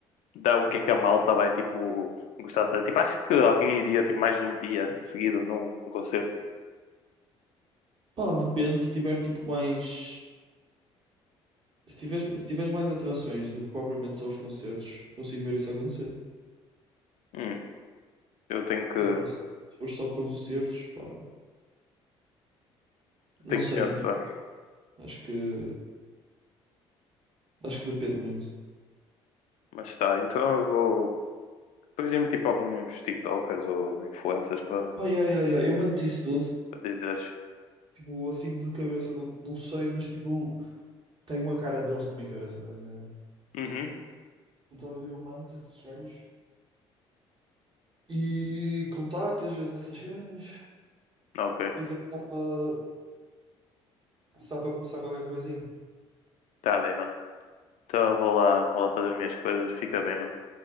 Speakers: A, on the left; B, on the right.
A: dá o que é que a malta vai, tipo, gostar de fazer. Tipo, acho que alguém iria, tipo, mais de um dia seguido num num concerto.
B: Pá, depende se tiver tipo mais. Se tiveres, se tiveres mais atrações do que propriamente só os concertos, consigo ver isso acontecer.
A: Hum, eu tenho que,
B: Agora, se for só concertos, pá, não
A: tenho
B: sei.
A: que pensar.
B: Acho que, acho que depende muito.
A: Mas tá, então eu vou. Depois me tipo alguns TikTokers ou influencers para
B: Ai, ai, ai, ai, eu mando isso tudo.
A: para dizeres.
B: Tipo, assim de cabeça, não, não sei, mas tipo, tenho a cara deles na minha cabeça, estás a entender?
A: Uhum,
B: Então eu mando esses gajos e contacto às vezes essas cenas
A: ok.
B: e ver se dá para. Se dá para começar qualquer coisinha,
A: Tá bem, mano. Então eu vou lá, vou lá fazer as minhas coisas. Fica bem, mano.